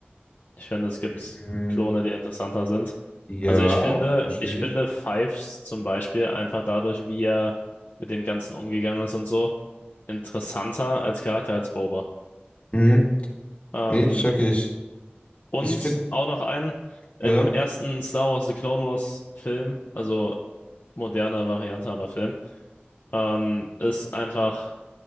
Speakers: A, on the left; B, on the left.
A: Ich finde, es gibt
B: Mhm.
A: Klone, die interessanter sind.
B: Ja,
A: Also ich finde,
B: verstehe
A: ich finde
B: ich.
A: Fives zum Beispiel einfach dadurch, wie er mit dem Ganzen umgegangen ist und so interessanter als Charakter als Boba.
B: Mhm.
A: Ähm,
B: Nee, check ich.
A: und
B: Ich finde
A: auch noch einen, im
B: Ja,
A: ersten Star Wars The Clone Wars Film, also moderne Variante, aber Film, ähm, ist einfach,